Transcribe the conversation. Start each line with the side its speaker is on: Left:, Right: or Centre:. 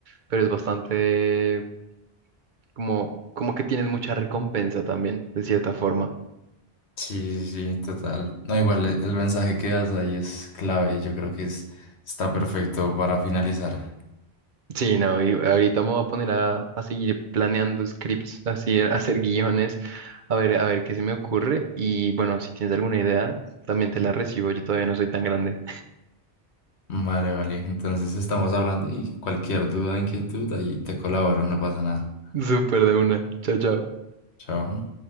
Right: pero es bastante como, como que tienes mucha recompensa también, de cierta forma.
Left: Sí, sí, sí, total. No, igual e- el mensaje que das ahí es clave y yo creo que es, está perfecto para finalizar.
Right: Sí, no, y ahorita me voy a poner a, a seguir planeando scripts, así, a hacer guiones, a ver, a ver qué se me ocurre. Y bueno, si tienes alguna idea, también te la recibo, yo todavía no soy tan grande.
Left: Vale, vale. Entonces estamos hablando y cualquier duda, inquietud, ahí te colaboro, no pasa nada.
Right: <laughs> Súper de una. Chao, chao.
Left: Chao.